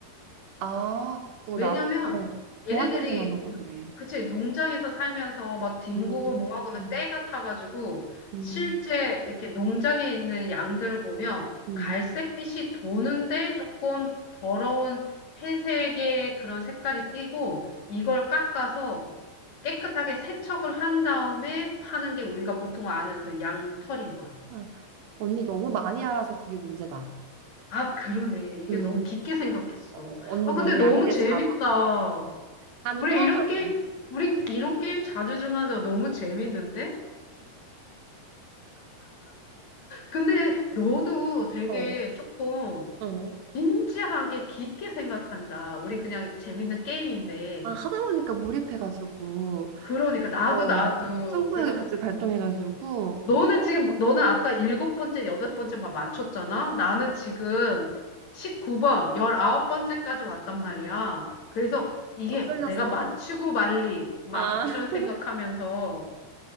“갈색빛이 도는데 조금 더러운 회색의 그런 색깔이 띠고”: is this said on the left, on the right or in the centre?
Left